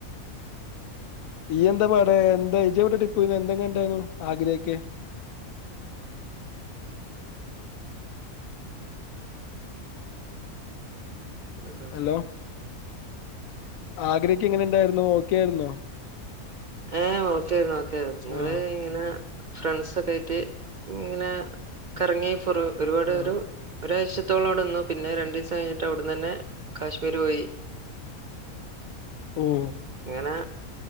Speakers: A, on the left; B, on the right.
A: ഇയ്യെന്താ പാട് എന്താ? എന്ത ഇജ്ജ് ഇവ്ടെ ഡി പോയിരുന്നു എന്തെക്കെ കണ്ടായിരുന്നു ആഗ്രഹക്കെ
B: <unintelligible>
A: ഹലോ ആഗ്രക്കെ എങ്ങനെ ഇണ്ടായിരുന്നു ഓക്കെയായിരുന്നോ?
B: ഏഹേ ഓക്കെ ആയിരുന്നു ഓക്കെ ആയിരുന്നു ഞ്ഞങ്ങള്
A: ആഹ്
B: ഇങ്ങനെ ഫ്രണ്ട്സൊക്കെ ആയിട്ട് ഇങ്ങനെ കറങ്ങി കൊറേ ഒരുപാട്
A: ആഹ്
B: ഒരു ഒരാഴ്ച ത്തോളം അവിടെ നിന്നു പിന്നെ രണ്ടീസം കഴിഞ്ഞിട്ട് അവിടെന്ന് തന്നെ കാശ്മീര് പോയി
A: ഓഹ്
B: അങ്ങനെ